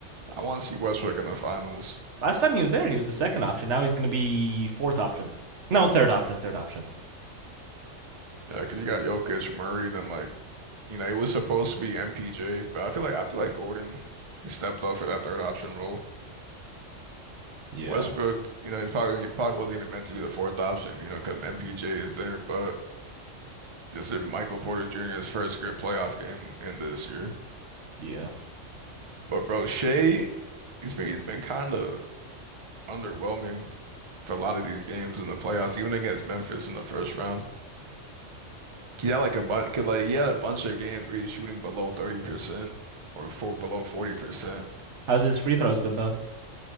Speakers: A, on the right; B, on the right.
A: I want to see Westbrook in the finals.
B: Last time he was there, he was the second option. Now he's going to be fourth option. No, third option. Third option.
A: Yeah, because you got Jokic, Murray, then like you know it was supposed to be MPJ, but I feel like I feel like Gordon he stepped up for that third option role.
B: Yeah.
A: Westbrook, you know, he's probably probably wasn't even meant to be the fourth option, you know, because MPJ is there. But this is Michael Porter Jr.'s first good playoff game in this year.
B: Yeah.
A: But bro, Shea, he's been he's been kind of underwhelming for a lot of these games in the playoffs, even against Memphis in the first round. He had like a bunch, like he had a bunch of games where he was shooting below 30% or for below 40%.
B: How's his free throws been though?